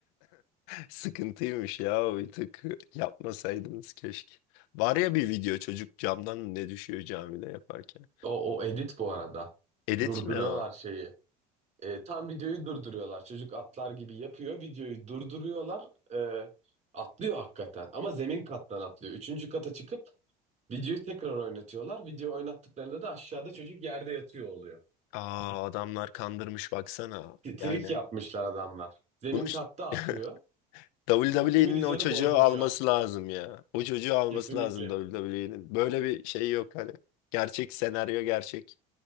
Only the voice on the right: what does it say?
O, o edit bu arada.
Durduruyorlar
şeyi. E, tam videoyu durduruyorlar. Çocuk atlar gibi yapıyor. Videoyu durduruyorlar. E, atlıyor hakikaten. Ama zemin kattan atlıyor. Üçüncü kata çıkıp videoyu tekrar oynatıyorlar. Video oynattıklarında da aşağıda çocuk yerde yatıyor oluyor.
T- Trik
yapmışlar adamlar. Zemin
katta atlıyor.
Simülasyonu
bozdum
şu an.
Kesinlikle.